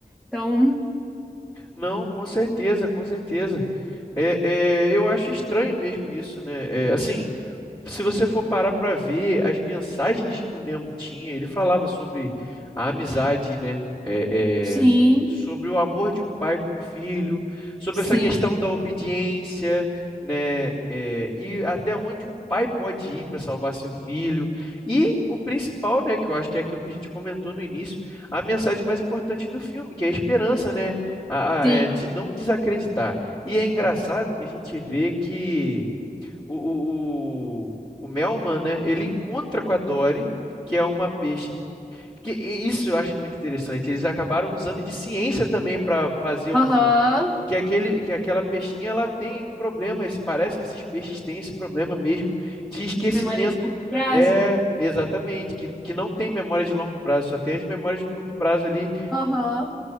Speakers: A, in the centre; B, on the left (about 30°).
A: Então,
B: não, com certeza, com certeza. É, é, eu acho estranho mesmo isso, né? É, assim. se você for parar para ver as mensagens que o Nemo tinha, ele falava sobre a amizade, né? É,
A: sim,
B: é, s- sobre o amor de um pai com o filho, sobre
A: sim,
B: essa questão da obediência, né? É, e até onde um pai pode ir para salvar seu filho. E o principal, né? Que eu acho que é aquilo que a gente comentou no início, a mensagem mais importante do filme, que é a esperança, né? a-
A: sim.
B: a- é, de não desacreditar. E é engraçado que a gente vê que o, o, o, o Melman, né? Ele encontra com a Dory, que é uma peixe que, que e isso eu acho muito interessante. Eles acabaram usando de ciência também para fazer um
A: Aham.
B: filme. Que aquele, que aquela peixinha ela tem um problema. esse- Parece que esses peixes têm esse problema mesmo de esquecimento.
A: De memória de curto prazo.
B: É, exatamente, que, que não tem memória de longo prazo, só tem as memórias de curto prazo ali.
A: Aham.